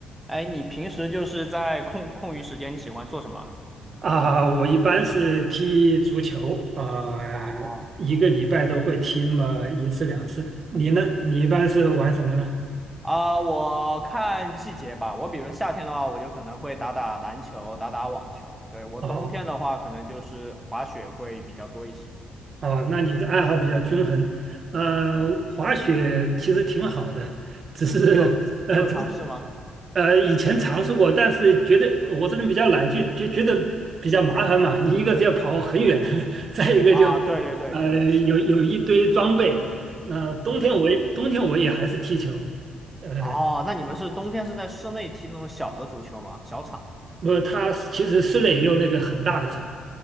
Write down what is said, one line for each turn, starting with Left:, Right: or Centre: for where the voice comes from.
Centre: 哎，你平时就是在空空余时间，你喜欢做什么啊？
Right: 啊，我一般是踢足球，啊，
Centre: 哦，
Right: 一个礼拜都会踢那么一次两次。你呢？你一般是玩什么呢？
Centre: 啊我看季节吧。我比如夏天的话，我就可能会打打篮球，打打网球。对，我冬天的话，
Right: 哦
Centre: 可能就是滑雪会比较多一些。
Right: 哦，那你的爱好比较均衡。呃，
Centre: 对，
Right: 滑雪其实挺好的，只是呃只
Centre: 你有你有尝试吗？
Right: 呃以前尝试过，但是觉得我这人比较懒，就就觉得比较麻烦嘛。你一个是要跑很远，<laughs> 再一个就
Centre: 啊，对对对对对，
Right: 呃有有一堆装备。
Centre: 是的，
Right: 那、冬天我也冬天我也还是踢球。
Centre: 是的。
Right: 呃。
Centre: 哦，那你们是冬天是在室内踢那种小的足球吗？小场？
Right: 不他它其实室内也有那个很大的厂，